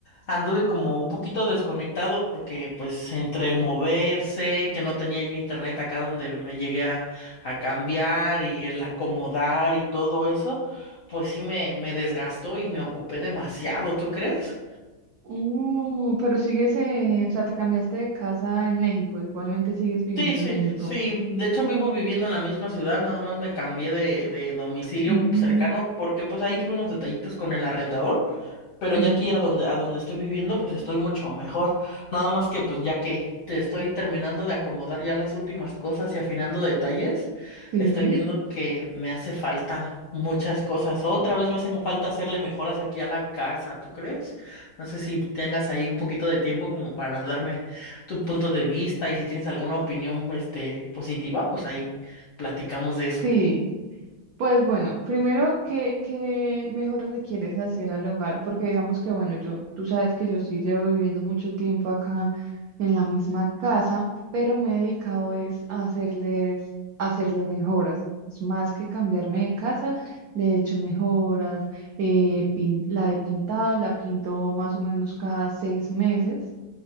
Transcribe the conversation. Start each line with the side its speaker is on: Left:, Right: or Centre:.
Left: anduve como un poquito desconectado porque pues entre el moverse, que no tenía yo internet acá donde me llegué a, a cambiar y el acomodar y todo eso, pues sí me, me desgastó y me ocupé demasiado, ¿tú crees?
Right: uh, pero sigues, eh, o sea, te cambiaste de casa en México, igualmente sigues viviendo
Left: Sí, sí,
Right: en México.
Left: sí. De hecho, vivo viviendo en la misma ciudad, nada más me cambié de, de domicilio
Right: Mm,
Left: cercano porque pues ahí tuve unos detallitos con el arrendador, pero
Right: sí,
Left: ya aquí a donde, a donde estoy viviendo pues estoy mucho mejor. Nada más que pues ya que te estoy terminando de acomodar ya las últimas cosas y afinando detalles,
Right: sí,
Left: estoy viendo que me hace falta muchas cosas. Otra vez me hacen falta hacerle mejoras aquí a la casa, ¿tú crees? No sé si tengas ahí un poquito de tiempo como para darme tu punto de vista y si tienes alguna opinión, este, positiva, pues ahí platicamos de eso.
Right: sí. Pues bueno, primero, ¿qué, qué mejoras le quieres hacer al hogar? Porque digamos que, bueno, yo, tú sabes que yo sí llevo viviendo mucho tiempo acá en la misma casa, pero me he dedicado es a hacerles, a hacerle mejoras. Es más que cambiarme de casa, le he hecho mejoras, eh, pin- la he pintado, la pinto más o menos cada seis meses.